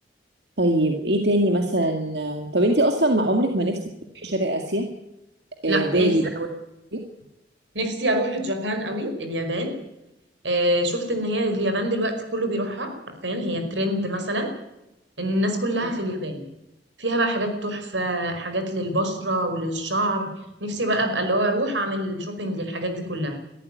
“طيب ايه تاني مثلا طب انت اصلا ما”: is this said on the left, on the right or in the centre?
Right